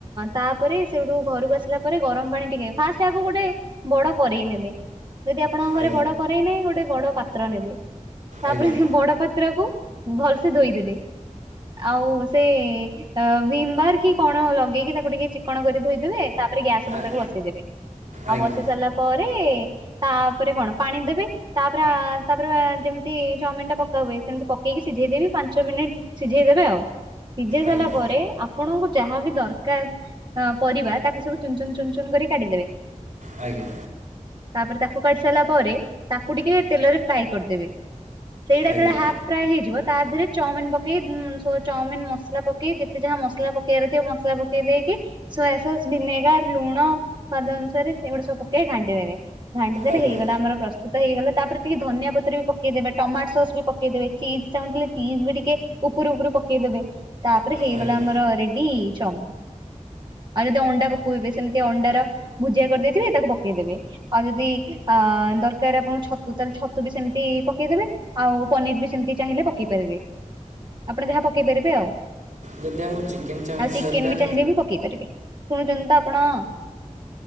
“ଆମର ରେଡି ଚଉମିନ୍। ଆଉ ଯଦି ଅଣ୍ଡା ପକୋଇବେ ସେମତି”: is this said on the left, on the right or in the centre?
Right